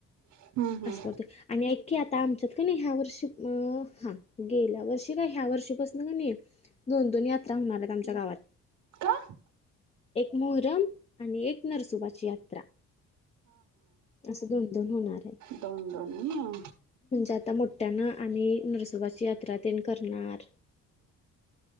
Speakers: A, on the right (about 80°); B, on the left (about 20°).
A: हम्म हम्म
B: असं करतोय. आणि ऐखी आता आमच्यात क नी ह्या वर्षी उम्म हा गेल्या वर्षी काय ह्या वर्षीपासून क नी. दोन-दोन यात्रा होणार आहेत आमच्या गावात.
A: का
B: एक मोहरम आणि एक नरसुबाची यात्रा. असं दोन-दोन होणार. आहेत.
A: दोन-दोन हे ना.
B: म्हणजे आता मोठ्यानं आणि नरसोबाची यात्रा तेन करणार.